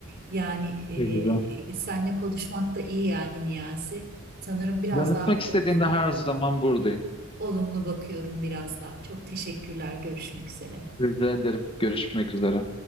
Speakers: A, on the right (about 50°); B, on the left (about 25°).
A: Yani
B: Ne güzel.
A: e, seninle konuşmak da iyi geldi Niyazi. Sanırım biraz
B: Danışmak
A: daha
B: istediğinde
A: o- <laughs>
B: her zaman buradayım.
A: olumlu bakıyorum biraz daha. Çok teşekkürler. Görüşmek üzere.
B: Rica ederim. Görüşmek üzere.